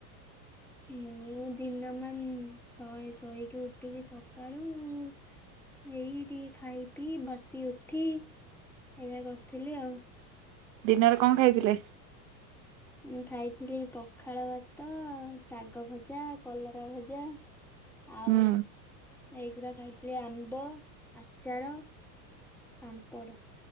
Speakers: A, in the centre; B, on the right (about 80°).
A: ମୁଁ ଦିନ ମାନ ଶୋ ଶୋଇକି ଉଠିଲି ସକାଳୁ ଏଇ ଟିକେ ଖାଇ ପିଇ ବସି ଉଠି ଏଇଆ କରୁଥିଲି ଆଉ।
B: ଦିନରେ କଅଁ ଖାଇଥିଲେ?
A: ମୁଁ ଖାଇଥିଲି ପଖାଳ ଭାତ ଶାଗ ଭଜା କଲରା ଭଜା ଆଉ
B: ହୁଁ
A: ଏଇଗୁଡା ଖାଇଥିଲି ଆମ୍ବ ଆଚାର। ପାମ୍ପଡ଼